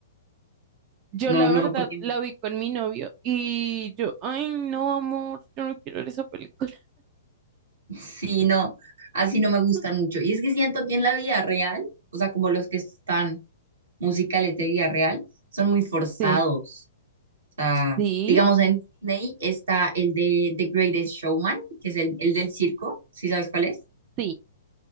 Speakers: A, on the right; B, on the right.
A: Yo
B: No,
A: la
B: no,
A: verdad
B: porque
A: la vi con mi novio y yo, ay, no, amor, yo no quiero ver esa película.
B: sí, no, así no me gustan
A: <laughs>
B: mucho. Y es que siento que en la vida real, o sea, como los que están musicales de vida real, son muy forzados
A: Sí,
B: sea,
A: sí,
B: digamos en Disney está el de The Greatest Showman, que es el, el del circo, si sabes cuál es?
A: sí,